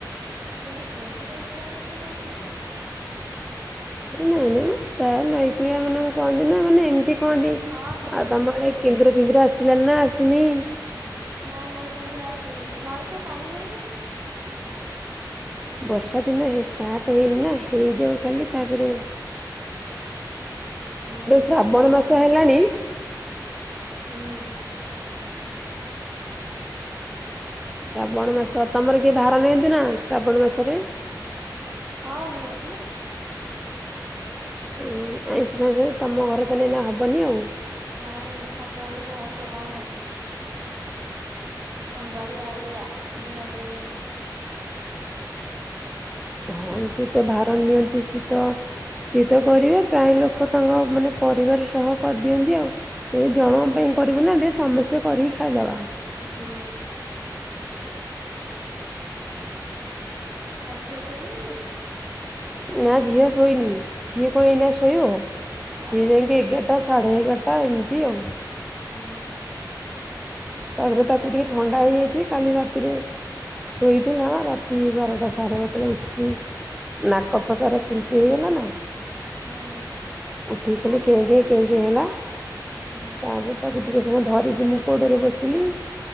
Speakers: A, on the right (about 25°); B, in the centre.
A: କିନ୍ତୁ କୁମ୍ଭିର ଆସିବା କଥା କାଇଁ ମୁଁ ଜାଣିନି।
B: ନାଇଁ ନାଇଁ ମ ପ୍ରାୟ ନଈକଳିଆ ମାନେ କହନ୍ତି ନା ମାନେ ଏମିତି କୁହନ୍ତି
A: ହଁ ହଁ
B: ଆଉ ତମ ଆଡ଼େ <unintelligible> ଆସିଲାଣି ନା ଆସିନି।
A: ନାଇଁ ନାଇଁ କୁମ୍ଭୀର ଆସିନି ନଈ ତ ପାଣି ହେଇନି।
B: ବର୍ଷା ଦିନ ଷ୍ଟାର୍ଟ ହେଇନି ନା ହେଇଯାଉ ଖାଲି ତାପରେ
A: ହୁଁ
B: ଏବେ ଶ୍ରାବଣ
A: ନା ଏଟା ପାଣି
B: ମାସ ହେଲାଣି
A: ଆସିନି ହୁଁ।
B: ଶ୍ରାବଣ ମାସ ତମର କିଏ ଭାର ନିଅନ୍ତି ନା ଶ୍ରାବଣ ମାସରେ।
A: ହଁ ନିଅନ୍ତି।
B: ଉଁ ଆଇଁଷ ଫାଇଁସ ତମ ଘରେ ତ ଏଇନା ହେବନି ଆଉ।
A: ନାଇଁ ସଂକ୍ରାନ୍ତିଠୁ ଆଇଁଷ ବନ୍ଦ। ସୋମବାରୀଆ ଆରୁଆ ବିନା ପିଆଜ ରସୁଣ।
B: ହଁ ଯିଏତ ଭାର ନିଅନ୍ତି ସିଏ ତ ସିଏ ତ କରିବେ ପ୍ରାୟ ଲୋକ ତାଙ୍କ ମାନେ ପରିବାର ସହ କରିଦିଅନ୍ତି ଆଉ। ଏ ଜଣ ପାଇଁ କରିବୁ ନା ଦେ ସମସ୍ତେ କରିକି ଖାଇଦବା।
A: ହୁଁ। ଆ ଝିଅ ଶୋଇନି କି।
B: ନା ଝିଅ ଶୋଇନି ସିଏ କଣ ଏଇନା ଶୋଇବ। ସିଏ
A: ଆଉ
B: ଯାଇକି ଏଗାରଟା ସାଢ଼େ ଏଗାରଟା ଏମିତି ଆଉ।
A: ଉଁ ହୁଁ।
B: ତାପରେ ତାକୁ ଟିକେ ଥଣ୍ଡା ହେଇଯାଇଛି କାଲି ରାତିରେ। ଶୋଇଥିଲା ନା ରାତି ବାରଟା ସାଢ଼େ ବାରଟାରେ ଉଠିକି ନା କଫ ତାର ଚୁଣ୍ଟି ହେଇଗଲା ନା
A: ହୁଁ
B: ଉଠିକି ଖାଲି କେଁ କେଁ କେଁ କେଁ ହେଲା
A: ହୁଁ
B: ତାପରେ ତାକୁ ଟିକେ ସମୟ ଧରିକି ମୁଁ କୋଡରେ ବସିଲି